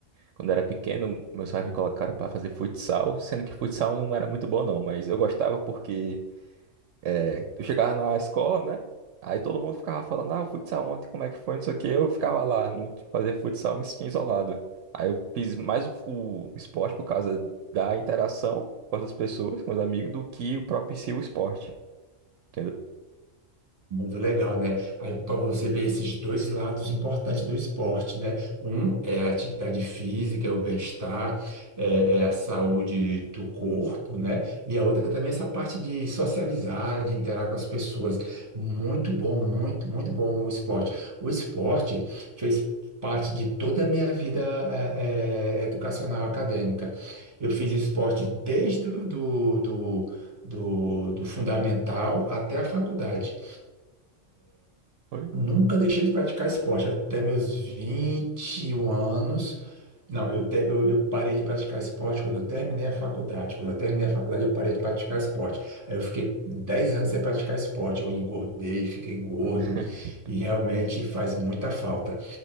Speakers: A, on the right; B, on the right.
A: Quando eu era pequeno, meus pais me colocaram para fazer futsal, sendo que futsal não era muito bom não, mas eu gostava porque eh, eu chegava na escola, né? Aí todo mundo ficava falando, ah, o futsal ontem, como é que foi, não sei o quê. Eu ficava lá, não fazia futsal, me sentia isolado. Aí eu fiz mais o, o esporte por causa da interação com as pessoas, com os amigos, do que o próprio em si o esporte, entendeu?
B: Muito legal, né? Aí para você ver esses dois lados importantes do esporte, né? Um é a atividade física, é o bem-estar, é, é a saúde do corpo, né? E a outra também é essa parte de socializar, de interagir com as pessoas. Muito bom, muito, muito bom o esporte. O esporte fez parte de toda a minha vida é, é, educacional, acadêmica. Eu fiz esporte desde do, do do- do, do fundamental até a faculdade.
A: Foi?
B: Nunca deixei de praticar esporte até meus 21 anos. Não, eu, te- eu, eu parei de praticar esporte quando eu terminei a faculdade. Quando eu terminei a faculdade, eu parei de praticar esporte. Aí eu fiquei 10 anos sem praticar esporte. Eu engordei, fiquei gordo
A: <laughs>
B: e realmente faz muita falta.